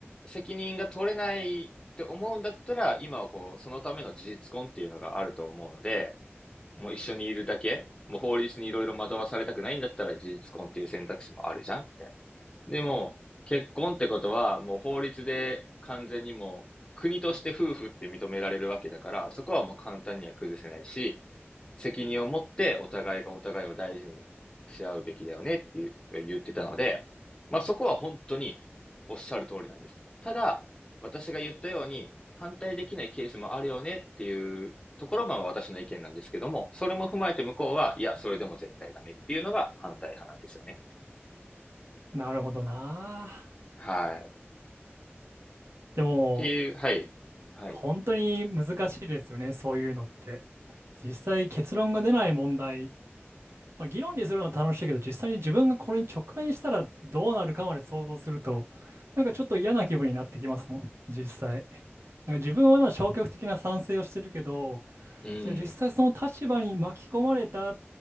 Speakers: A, on the left; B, on the right.
A: 責任が取れないって思うんだったら、今はこう、そのための事実婚っていうのがあると思うので、もう一緒にいるだけもう法律にいろいろ惑わされたくないんだったら事実婚っていう選択肢もあるじゃんみたいな。でも、結婚ってことは、もう法律で完全にもう国として夫婦って認められるわけだから、そこはもう簡単には崩せないし、責任を持ってお互いがお互いを大事にし合うべきだよねっていう言ってたので、まあそこは本当におっしゃる通りなんです。ただ、私が言ったように反対できないケースもあるよねっていうところが私の意見なんですけども、それも踏まえて向こうは、いや、それでも絶対ダメっていうのが反対派なんですよね。
B: なるほどな。
A: はい。っ
B: でも、
A: ていう、はい。はい。
B: 本当に難しいですよね。そういうのって。実際結論が出ない問題。まあ、議論にするのは楽しいけど、実際に自分がこれに直面したらどうなるかまで想像すると、なんかちょっと嫌な気分になってきますもん。実際。なんか自分はまあ消極的な賛成をしてるけど、
A: うん。
B: じゃあ実際その立場に巻き込まれた、